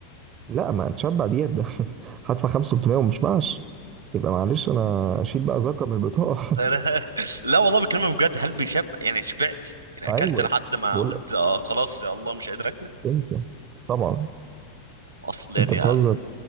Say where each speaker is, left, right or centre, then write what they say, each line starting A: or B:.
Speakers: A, on the right; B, on the right.
A: لا ما تشبع ديت ده <laughs> هدفع 5 300 وما اشبعش يبقى معلش انا اشيل بقى زكاه من البطاقه
B: أنا... <laughs> لا والله بكلمك بجد هل بيشب يعني شبعت
A: <laughs>
B: يعني اكلت
A: ايوه
B: لحد ما
A: بقول
B: قلت
A: لك
B: آه خلاص يا الله مش قادر اكل
A: انسى طبعا
B: اصل يعني
A: انت بتهزر
B: آه،